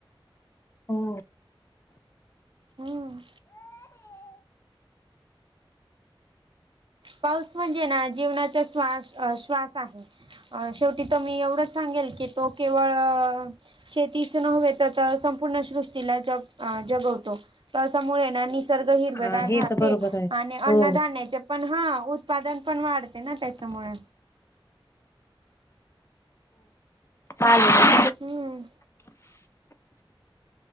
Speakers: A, on the left (about 30°); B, on the right (about 70°).
A: हो.
B: हम्. पाऊस म्हणजे ना, जीवनाचा श्वास-अ-श्वास आहे. अ शेवटी तर मी एवढं सांगेल की, तो केवळ अ शेतीस नव तर तर संपूर्ण सृष्टीला ज, जगवतो. पाऊसामुळे ना निसर्ग हिरवेगार
A: हा हे
B: राहते
A: तर बरोबर आहे.
B: आणि
A: हो
B: अन्नधान्याचे पण हा उत्पादन पण वाढते ना त्याच्यामुळे.
A: चाले.
B: हम.